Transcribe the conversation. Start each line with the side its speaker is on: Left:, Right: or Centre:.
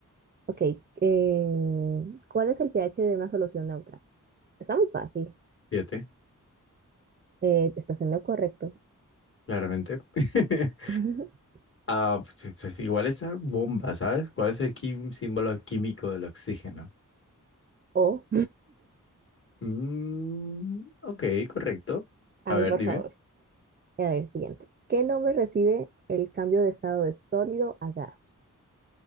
Right: Ok, eh, ¿cuál es el pH de una solución neutra? Está muy fácil.
Left: Siete,
Right: Eh, estás en lo correcto.
Left: claramente. <laughs>
Right: <laughs>
Left: Ah, pues, es- es igual esa bomba, ¿sabes? ¿Cuál es el quim- símbolo químico del oxígeno?
Right: O,
Left: Mm, ok, correcto.
Right: ay,
Left: A ver,
Right: por
Left: dime.
Right: favor. A ver, siguiente. ¿Qué nombre recibe el cambio de estado de sólido a gas?